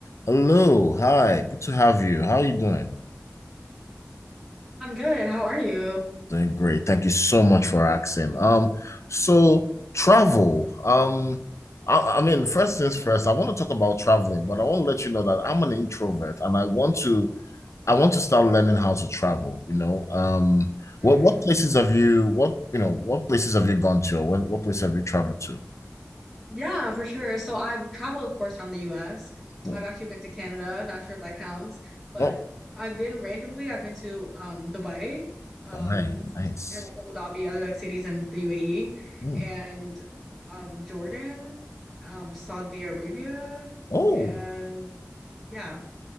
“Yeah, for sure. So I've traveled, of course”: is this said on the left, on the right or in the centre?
Centre